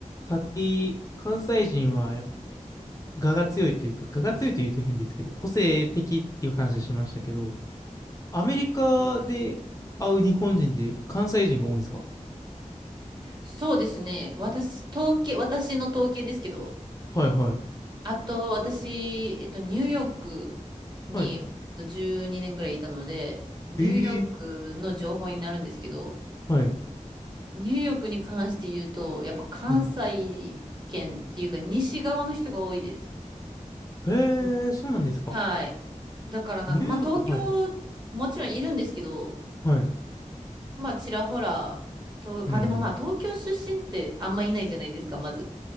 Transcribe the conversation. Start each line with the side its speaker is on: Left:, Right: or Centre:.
Left: さっき、関西人はやっぱ、我が強いというか、我が強いというと変ですけど、個性的っていう話しましたけど、アメリカで会う日本人で関西人が多いんですか
Right: そうですね。私、統計、私の統計ですけど、
Left: はいはい。
Right: あと私、えっと、ニューヨークに、
Left: はい。
Right: えっと、12年ぐらいいたので、ニューヨークの情報になるんですけど、
Left: えー、はい。
Right: ニューヨークに関して言うと、やっぱ関西圏っていうか、
Left: はい。
Right: 西側の人が多いです。
Left: へえー、
Right: ん
Left: そうなんですか。
Right: はい。だからなんか、
Left: ニューヨーク、
Right: まあ東京、
Left: はい。
Right: もちろんいるんですけど、
Left: はい。
Right: まあちらほら、と、
Left: うんうん。
Right: まあでもまあ東京出身ってあんまいないじゃないですか、まず。